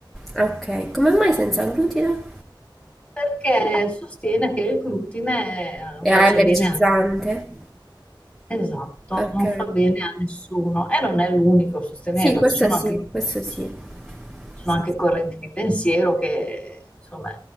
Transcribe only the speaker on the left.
perché sostiene che il glutine non
faccia
bene al Esatto,
non fa bene a nessuno e non è l'unico a sostenerlo,
ci sono
anche, ci
sono
anche
correnti di pensiero che, insomma,